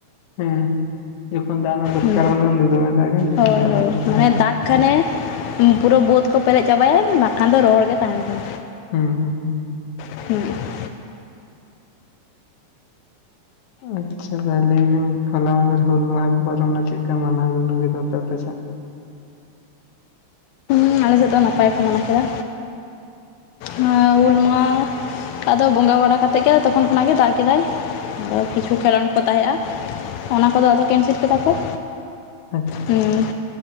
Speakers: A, on the left; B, on the left.
A: ᱦᱮᱸ ᱦᱮᱸ ᱡᱚᱠᱷᱚᱱ ᱫᱟᱜ ᱨᱮᱱᱟᱜ ᱫᱚᱨᱠᱟᱨ
B: ᱦᱩᱸ
A: ᱵᱟᱱᱩᱜᱼᱟ ᱩᱱᱫᱚ ᱫᱚᱢᱮ ᱫᱟᱜᱟᱭ ᱡᱚᱠᱷᱚᱱ
B: ᱦᱳᱭ
A: ᱫᱟᱜ
B: ᱦᱳᱭ
A: ᱨᱮᱱᱟᱜ ᱫᱚᱨᱠᱟᱨᱟ
B: ᱢᱟᱱᱮ ᱫᱟᱜᱽ ᱠᱷᱟᱱᱮ ᱯᱩᱨᱟᱹ ᱵᱟᱹᱫᱽ ᱠᱚ ᱯᱮᱨᱮᱡ ᱪᱟᱵᱟᱭᱟᱭ ᱵᱟᱠᱷᱟᱱ ᱫᱚ ᱨᱚᱦᱚᱲ ᱜᱮ ᱛᱟᱦᱮᱱ ᱛᱟᱢᱟ
A: ᱦᱩᱸ ᱦᱩᱸ
B: <unintelligible>
A: ᱟᱪᱪᱷᱟ ᱛᱟᱦᱚᱞᱮ ᱞᱟᱹᱭ ᱵᱤᱱ ᱦᱚᱞᱟ ᱢᱟᱫᱷᱮᱨ ᱦᱩᱞ ᱢᱟᱦᱟ ᱠᱚ ᱯᱟᱨᱚᱢᱮᱱᱟ ᱪᱮᱫ ᱞᱮᱠᱟ ᱢᱟᱱᱟᱣ ᱜᱩᱱᱟᱹᱣ ᱠᱮᱫᱟ ᱯᱮ ᱟᱯᱮᱥᱮᱫ
B: ᱟᱞᱮᱥᱮᱫ ᱫᱚ ᱱᱟᱯᱟᱭ ᱠᱚ ᱢᱟᱱᱟᱣ ᱠᱮᱫᱟ ᱦᱮᱸ ᱦᱩᱞ ᱢᱟᱦᱟ ᱟᱫᱚ ᱵᱚᱸᱜᱟ ᱵᱟᱲᱟ ᱠᱟᱛᱮ ᱜᱮ ᱛᱚᱠᱷᱚᱱ ᱠᱷᱚᱱᱟᱜ ᱜᱮ ᱫᱟᱜ ᱠᱮᱫᱟᱭ ᱟᱫᱚ ᱠᱤᱪᱷᱩ ᱠᱷᱮᱞᱳᱰ ᱠᱚ ᱛᱟᱦᱮᱸᱜᱼᱟ ᱚᱱᱟ ᱠᱚᱫᱚ ᱟᱫᱚ ᱠᱮᱱᱥᱮᱞ ᱠᱮᱫᱟ ᱠᱚ
A: ᱟᱪᱪᱷᱟ
B: ᱦᱮᱸ